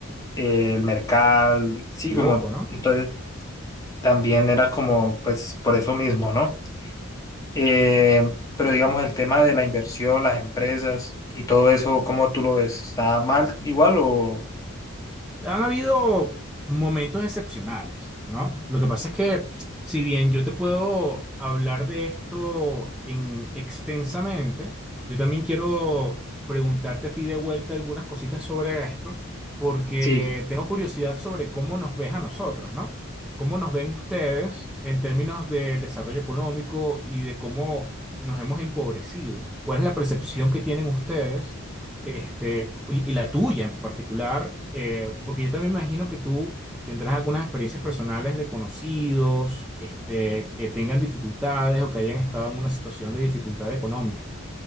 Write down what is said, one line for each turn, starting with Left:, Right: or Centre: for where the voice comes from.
Left: eh, el mercal, sí,
Centre: equivoco,
Left: como,
Centre: ¿no?
Left: entonces también era como, pues por eso mismo, ¿no? Eh, pero digamos, el tema de la inversión, las empresas y todo eso, ¿cómo tú lo ves? ¿Está mal igual o...?
Centre: Han habido momentos excepcionales, ¿no? Lo que pasa es que, si bien yo te puedo hablar de esto en extensamente, yo también quiero preguntarte a ti de vuelta algunas cositas sobre esto, porque
Left: Sí,
Centre: tengo curiosidad sobre cómo nos ves a nosotros, ¿no? ¿Cómo nos ven ustedes en términos del desarrollo económico y de cómo nos hemos empobrecido? ¿Cuál es la percepción que tienen ustedes? Este, y y la tuya en particular, eh, porque yo también me imagino que tú tendrás algunas experiencias personales de conocidos, este, que tengan dificultades o que hayan estado en una situación de dificultad económica.